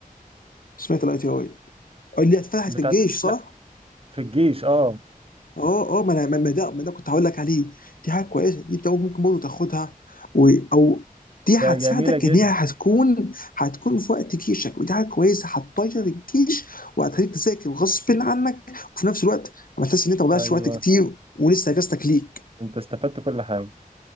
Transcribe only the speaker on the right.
بتاعت
لا في الجيش اه
ده جميله جدا
ايوه
انت استفدت كل حاجه